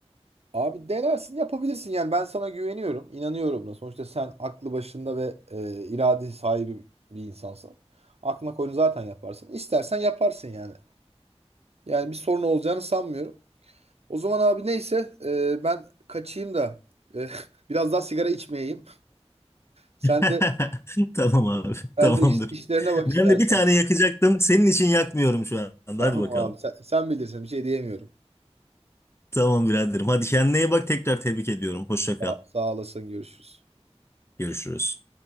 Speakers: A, on the right (about 65°); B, on the left (about 25°).
A: Abi denersin yapabilirsin yani ben sana güveniyorum inanıyorum da sonuçta sen aklı başında ve e, irade sahibi bir insansın. Aklına koyunu zaten yaparsın. İstersen yaparsın yani. Yani bir sorun olacağını sanmıyorum. O zaman abi neyse e, ben kaçayım da e, <laughs> biraz daha sigara içmeyeyim. Sen
B: <laughs>
A: de
B: Tamam abi,
A: sen
B: tamamdır.
A: de iş- işlerine bak
B: Ben
A: istersen.
B: de bir tane yakacaktım. Senin için yakmıyorum şu anda.
A: Tamam
B: Hadi bakalım.
A: abi? Sen, sen bilirsin. Bir şey diyemiyorum.
B: Tamam biraderim. Hadi kendine iyi bak. Tekrar tebrik ediyorum. Hoşça
A: Sağ,
B: kal.
A: sağ olasın. Görüşürüz.
B: Görüşürüz.